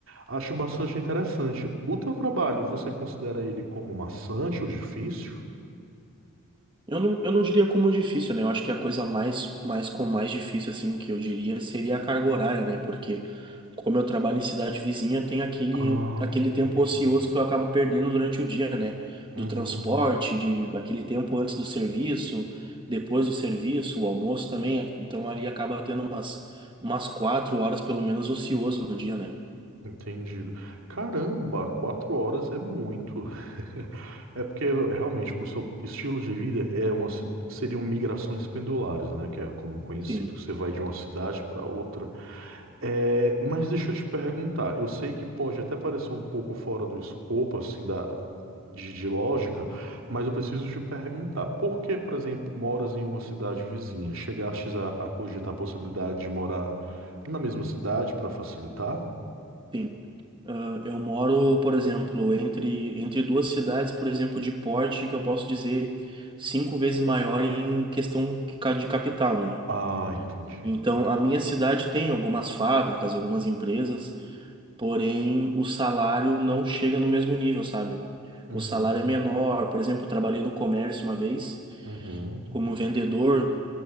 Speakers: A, on the right; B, on the right.
A: Acho bastante interessante. O teu trabalho, você considera ele como maçante ou difícil?
B: Eu não, eu não diria como difícil, né? Eu acho que a coisa mais, mais com mais difícil, assim, que eu diria seria a carga horária, né? Porque como eu trabalho em cidade vizinha, tem aquele,
A: Ah,
B: aquele
A: entendi.
B: tempo ocioso que eu acabo perdendo durante o dia, né?
A: Uhum.
B: Do transporte, de aquele tempo antes do serviço, depois do serviço, o almoço também. Então ali acaba tendo umas, umas quatro horas, pelo menos, ocioso no dia, né?
A: Entendido. Caramba, quatro horas é muito. <laughs> É porque realmente o seu estilo de vida é uma, ci- seriam migrações pendulares, né? Que é como conhecido,
B: Sim,
A: que você vai de uma cidade para outra. É, mas deixa eu te perguntar, eu sei que pode até parecer um pouco fora do escopo, assim, da, de, de lógica, mas eu preciso te perguntar, por que, por exemplo, moras em uma cidade vizinha? Chegastes a, a cogitar a possibilidade de morar na mesma cidade para facilitar?
B: sim. Ah, eu moro, por exemplo, entre, entre duas cidades, por exemplo, de porte, que eu posso dizer cinco vezes maior em questão ca- de capital, né?
A: Ah, entendi.
B: Então, a minha cidade tem algumas fábricas, algumas empresas, porém o salário não chega no mesmo nível, sabe?
A: Uhum,
B: O salário é menor. Por exemplo, eu trabalhei no comércio uma vez,
A: uhum,
B: como vendedor,